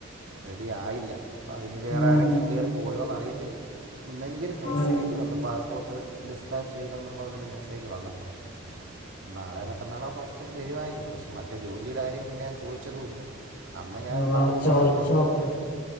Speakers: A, on the right; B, on the left.
A: റെഡിയായില്ല അതിനി വേറെ
B: ഉം
A: ആരെങ്കിലും കേറി പോയോന്ന്റിയ ത്തില്ല ഇന്ന് എനിക്കൊരു മെസേജ്
B: ഉം
A: വന്ന് പാസ്പോർട്ട് ഡിസ്പാ ചെയ്തെന്ന് പറഞ്ഞൊരു മെസ്സേജ് വന്നിട്ടുണ്ട് നാളെ മറ്റന്നാളോ പാസ്പോട്ട് വരുമായിരിക്കും മ മറ്റേ ജോലിയുടെ കാര്യം പിന്നെ ഞാൻ ചോദിച്ചതുമില്ല. അന്ന് ഞാൻ
B: ഉം
A: പറഞ്ഞു
B: ചോയിച്ചോക്ക്
A: പാസ്പോർട്ടിന്